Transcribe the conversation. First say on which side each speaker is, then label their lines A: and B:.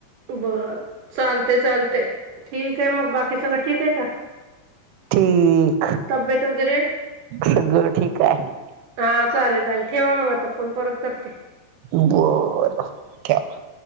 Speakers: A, on the right; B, on the right.
A: बर चालते, चालते. ठीक आहे मग, बाकी सगळं ठीक आहे का?
B: <unintelligible>
A: तब्येत वगैरे.
B: सगळं ठीक आहे.
A: हा चालेल, चालेल. ठेवा मग आता फोन परत करते.
B: बर ठेवा.